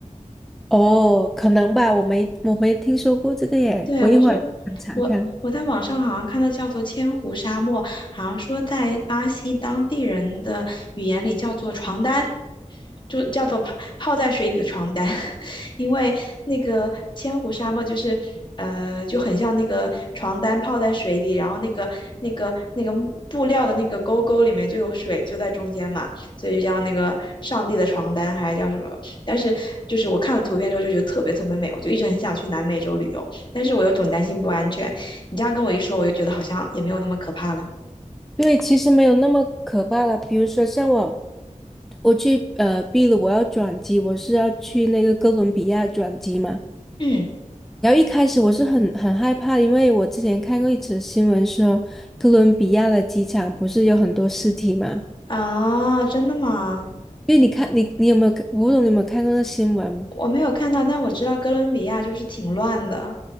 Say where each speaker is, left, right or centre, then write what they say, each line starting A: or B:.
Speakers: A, in the centre; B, on the left.
A: 哦，可能吧，我没我没听说过这个耶，
B: 对，
A: 我一会儿查看，
B: 我就我我在网上好像看到叫做千湖沙漠，
A: 看。
B: 好像说在巴西当地人的语言里叫做床单，就叫做泡泡在水里的床单，<laughs> 因为那个千湖沙漠就是呃就很像那个床单泡在水里，然后那个那个那个木布料的那个沟沟里面就有水就在中间嘛，所以就叫那个上帝的床单还是叫什么？但是就是我看了图片之后就觉得特别特别美，我就一直很想去南美洲旅游。但是我又总担心不安全。你这样跟我一说，我就觉得好像也没有那么可怕了。
A: 对，其实没有那么可怕了。比如说，像我，我去呃秘鲁，我要转机，我是要去那个哥伦比亚转机嘛。
B: 嗯，
A: 然后一开始我是很很害怕，因为我之前看过一则新闻说，哥伦比亚的机场不是有很多尸体嘛？
B: 啊，真的吗？
A: 因为你看，你你有没有看，我不懂你有没有看过那新闻？
B: 我没有看到，但我知道哥伦比亚就是挺乱的。